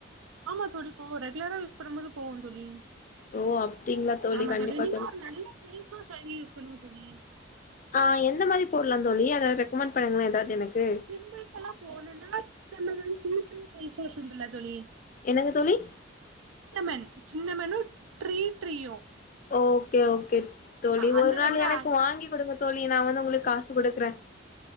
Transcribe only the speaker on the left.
ஓ அப்டிங்களா
கண்டிப்பா
ஆ எந்த மாரி போடலா தோழி அத ரெக்கமெண்ட் பண்ணுங்களன் எதாவது எனக்கு
என்னங்க தோழி
ஓகே ஓகே தோழி
ஒரு நாள் எனக்கு
வாங்கி குடுங்க தோழி நான் வந்து உங்களுக்கு காசு குடுக்கறன்